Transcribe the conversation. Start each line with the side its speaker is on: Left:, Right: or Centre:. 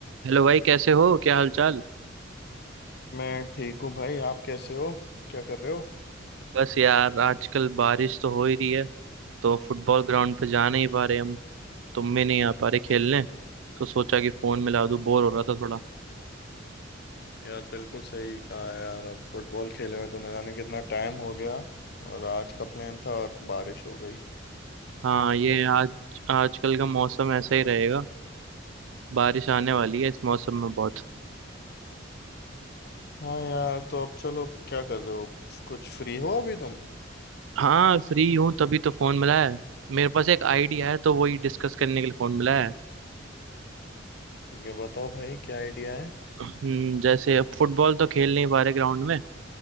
Right: हेलो भाई कैसे हो क्या हालचाल
Left: मैं ठीक हूँ भाई आप कैसे हो क्या कर रहे हो
Right: बस यार आजकल बारिश तो हो ही रही है तो फुटबॉल ग्राउंड पे जा नहीं पा रहे हम तुम भी नहीं आ पा रहे खेलने तो सोचा कि फोन मिला दूं बोर हो रहा था थोड़ा
Left: यार बिल्कुल सही कहा यार अब फुटबॉल खेले हुए तो न जाने कितना टाइम हो गया और आज का प्लान था और बारिश हो गई
Right: हाँ ये आज आजकल का मौसम ऐसा ही रहेगा बारिश आने वाली है इस मौसम में बहुत
Left: हाँ यार तो अब चलो क्या कर रहे हो कुछ फ्री हो अभी तुम
Right: हाँ फ्री हूँ तभी तो फोन मिला है मेरे पास एक आइडिया है तो वही डिस्कस करने के लिए फोन मिला है
Left: ये बताओ भाई क्या आइडिया है
Right: हम्म, जैसे अब फुटबॉल तो खेल नहीं पा रहे ग्राउंड में